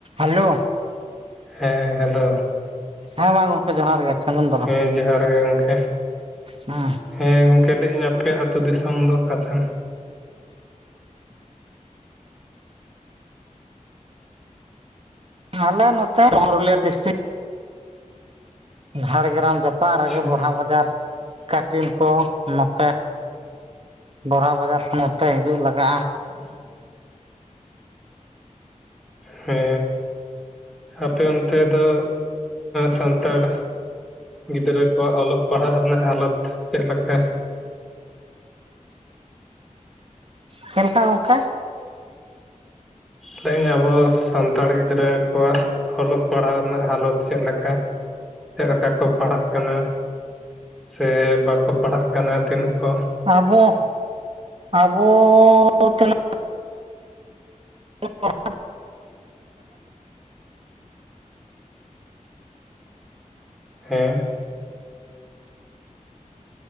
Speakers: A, on the right (about 45°); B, in the centre.
A: Hello
B: ᱦᱮ hello
A: ᱦᱮᱸ ᱢᱟ ᱜᱚᱢᱠᱮ ᱡᱚᱦᱟᱨ ᱜᱮ ᱥᱟᱹᱜᱩᱱ ᱫᱟᱨᱟᱢ
B: ᱦᱮ ᱡᱚᱦᱟᱨ ᱜᱮ ᱜᱚᱢᱠᱮ
A: ᱦᱮᱸ
B: ᱦᱮᱸ ᱜᱚᱝᱠᱮ ᱞᱟᱹᱭ ᱤᱧ ᱟᱯᱮᱭᱟᱜ ᱟᱹᱛᱩ ᱫᱤᱥᱚᱢ ᱫᱚ ᱚᱠᱟᱥᱮᱱ?
A: ᱟᱞᱮ ᱱᱚᱛᱮ <inaudible> ᱯᱩᱨᱩᱞᱤᱭᱟᱹ ᱰᱤᱥᱴᱤᱠ ᱡᱷᱟᱲᱜᱨᱟᱢ ᱡᱟᱯ ᱚᱯᱟᱜ
B: ᱟᱪᱪᱷᱟ
A: ᱨᱮᱜᱮ ᱵᱚᱨᱦᱟ ᱵᱟᱡᱟᱨ ᱴᱤᱞ ᱠᱚ ᱱᱚᱛᱮ ᱵᱚᱨᱦᱟ ᱵᱟᱡᱟᱨ ᱠᱷᱚᱱ ᱱᱚᱛᱮ ᱦᱤᱡᱩᱜ ᱞᱟᱜᱟᱜᱼᱟ
B: <unintelligible> ᱦᱮ ᱟᱯᱮ ᱚᱱᱛᱮ ᱫᱚ ᱥᱟᱱᱛᱟᱲ ᱜᱤᱫᱽᱨᱟᱹ ᱠᱚᱣᱟᱜ ᱚᱞᱚᱜ ᱯᱟᱲᱦᱟᱜ ᱨᱮᱱᱟᱜ ᱦᱟᱞᱚᱛ ᱪᱮᱫ ᱞᱮᱠᱟ?
A: ᱪᱮᱫ ᱞᱮᱠᱟ ᱜᱚᱝᱠᱮ
B: ᱛᱮᱦᱮᱧ ᱟᱵᱚ ᱥᱟᱱᱛᱟᱲ ᱜᱤᱫᱽᱨᱟᱹ ᱠᱚᱣᱟᱜ ᱚᱞᱚᱜ ᱯᱟᱲᱦᱟᱣ ᱨᱮᱱᱟᱜ ᱦᱟᱞᱚᱛ ᱪᱮᱫ ᱞᱮᱠᱟ? ᱪᱮᱫ ᱞᱮᱠᱟ ᱠᱚ ᱯᱟᱲᱟᱜ ᱠᱟᱱᱟ? ᱥᱮ ᱵᱟᱠᱚ ᱯᱟᱲᱦᱟᱜ ᱠᱟᱱᱟ ᱛᱤᱱᱟᱹᱜ ᱠᱚ
A: ᱟᱵᱚ ᱟᱵᱚ <inaudible> <inaudible>
B: ᱦᱮ